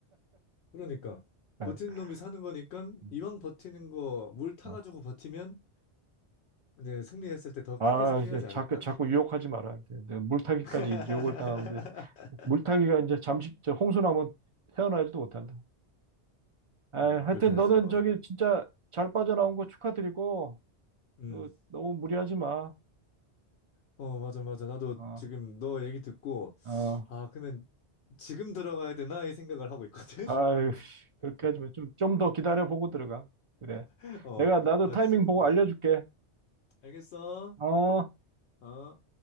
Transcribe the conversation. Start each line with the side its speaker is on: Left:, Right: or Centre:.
Left: 그러니까
Right: 예.
Left: 버티는 놈이 사는 거니까
Right: 음.
Left: 이왕 버티는 거 물 타가지고
Right: 어.
Left: 버티면 이제 승리했을 때 더
Right: 아,
Left: 크게 승리하지
Right: 이제
Left: 않을까?
Right: 자꾸, 자꾸 유혹하지 말아야 돼. 내가 물타기까지
Left: <laughs>
Right: 유혹을 당하면 돼. 물타기가 이제 잠시, 저 홍수나면 헤어나지도 못한다. 아,
Left: 아,
Right: 하여튼
Left: 그렇긴
Right: 너는
Left: 하지. 어.
Right: 저기 진짜 잘 빠져나온 거 축하드리고,
Left: 음.
Right: 그, 너무 무리하지 마.
Left: 어, 맞아, 맞아. 나도
Right: 어,
Left: 지금 너 얘기 듣고,
Right: 어,
Left: 아, 그러면 지금 들어가야 되나? 이 생각을 하고 있거든?
Right: 아유, 씨, 그렇게 하지 마. 좀, 좀 더 기다려보고 들어가. 그래.
Left: <laughs> 어.
Right: 내가, 나도
Left: 아,
Right: 타이밍
Left: 지금,
Right: 보고
Left: 어.
Right: 알려줄게.
Left: 알겠어?
Right: 어.
Left: 어.